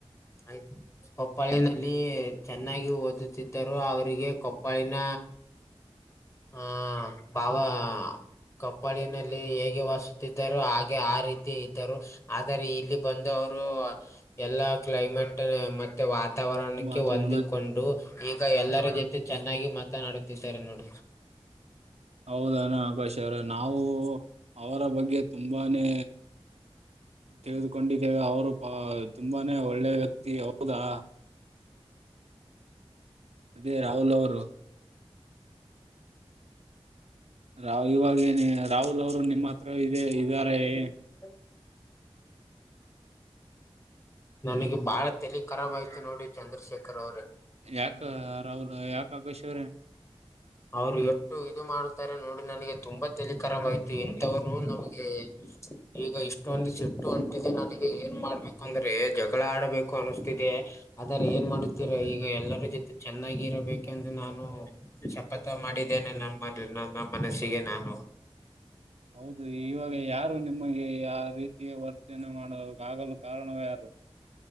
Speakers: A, on the left; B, on the right.
A: ಆಯ್ತ ಕೊಪ್ಪಳಿನಲ್ಲಿ ಚೆನ್ನಾಗಿ ಓದುತ್ತಿದ್ದರು ಅವರಿಗೆ ಕೊಪ್ಪಾಳಿನ ಹೋ ಬಾಬ. ಕೊಪ್ಪಳಿನಲ್ಲಿ ಹೇಗೆ ವಾಸಿಸುತ್ತಿದ್ದರು ಹಾಗೆ ಆ ರೀತಿ ಇದ್ದರು. ಆದರೆ ಇಲ್ಲಿ ಬಂದು ಅವರು. ಎಲ್ಲ ಕ್ಲೈಮೇಟ್ ಮತ್ತೆ ವಾತಾವರಣಕ್ಕೆ
B: ವಾತಾವರಣ
A: ಹೊಂದಿಕೊಂಡು ಈಗ ಎಲ್ಲರ ಜೊತೆ ಚೆನ್ನಾಗಿ ಮಾತನಾಡುತ್ತಿದ್ದಾರೆ ನೋಡಿ.
B: ಹೌದಣ ಆಕಾಶ್ ಅವ್ರೆ ನಾವು ಅವಳ ಬಗ್ಗೆ. ತುಂಬಾನೇ ತೆಗೆದುಕೊಂಡಿದ್ದೇವೆ ಅವರು ಪಾ ತುಂಬಾನೇ ಒಳ್ಳೆ ವ್ಯಕ್ತಿ ಹೌದಾ. ಅದೇ ರಾಹುಲ್ ಅವರು. ರಾಹುಲ್ ಇವಗೇನೆ ರಾಹುಲ್ ಅವರು ನಿಮ್ಮ ಹತ್ರ ಇದೇ ಇದರ ಏನು.
A: ತ <unintelligible> ನನಿಗ ಬಾಳ ತಲಿ ಖರಾಬ್
B: ಹು ಹು
A: ಆಯ್ತು ನೋಡಿ ಚಂದ್ರಶೇಖರ್ ಅವ್ರೆ
B: ಯಾಕ ರಾಹುಲ್ ಯಾಕ ಆಕಾಶ್ ಅವ್ರೇ.
A: ಅವರು ಎಷ್ಟು ಇದು ಮಾಡುತ್ತಾರೆ ನೋಡಿ ನನಗೆ ತುಂಬಾ ತಲಿಕರಾಬಾಯ್ತೆನಿ. ತ್ತವರು ನಮಗೆ ಈಗ ಇಷ್ಟೊಂದು ಸಿಟ್ಟು ಅಂಟಿದೆ ನನಗೆ ಏನ್ ಮಾಡ್ಬೇಕಂದ್ರೆ. ಜಗಳಾ ಆಡಬೇಕು ಅನಿಸ್ತಿದೆ. ಆದರ ಏನ್ ಮಾಡುತ್ತೀರ ಈಗ ಎಲ್ಲರ ಜೊತೆ ಚೆನ್ನಾಗಿ ಇರಬೇಕಂದು ನಾನು ಚೆಪ್. ಪತ ಮಾಡಿದ್ದೇನೆ ನಮ್ಮದು ನನ್ನ ಮನಸ್ಸಿಗೆ ನಾನು.
B: ಹೌದು ಇವಾಗ ಯಾರು ನಿಮ್ಮಗೆ ಆ ರೀತಿಯ ವರ್ತನೆ ಮಾಡ ಆಗಲು ಕಾರಣ ಯಾರು.